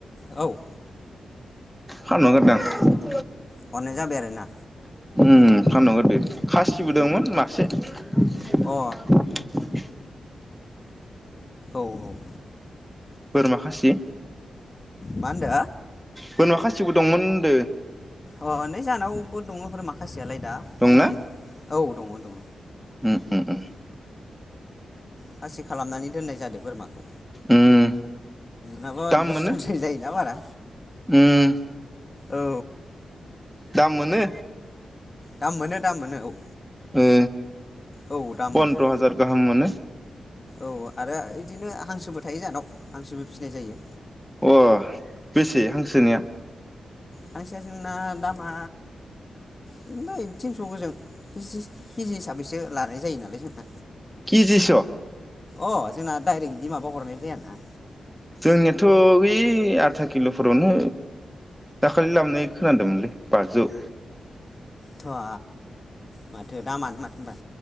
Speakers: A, on the left; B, in the centre.
A: औ
B: फानहरगारदां
A: खननै जाबाय आरोना
B: ओम फानहरदो खासिबो
A: अ
B: दंमोन मासे <unintelligible>
A: औ औ औ
B: बोरमा खासि
A: मा होनदो
B: बोरमा खासि सिबो दंमोन होनदो
A: अ नै जानावबो दङ बोरमा खासियालाय दा
B: दंना
A: हान्दि औ दङ दङ
B: उम उम उम
A: खासि खालामनानै दोननाय जादो बोरमाखौ
B: उम
A: नोगोद
B: दाम
A: दुस्थुद्राय
B: मोनो
A: जायोना बारा
B: उम
A: औ
B: दाम मोनो
A: दाम मोनो दाम मोनो औ
B: ओ
A: औ दाम
B: पन्द्र
A: मोनो
B: हाजार गाहाम मानो
A: औ आरो इबिदिनो हांसोबो थायो जोंहानाव हांसोबो फिनाय जायो
B: अ बेसे हांसोनिया
A: हांसोआ जोंना दामा बिदिनलै थिनस गोजों किजि किजि हिसाबैसो लानाय जायो नालाय जोंना
B: खिजिसो
A: अ जोंना दायरेक्ट बिदि माबा हरनाय जायाना
B: जोंनियाथ ओइ आधा किलफोरावनो दाखालि लाबोनाय खोनादोंमोनलै बाजौ
A: थआ माथो दामानो माथो होनबा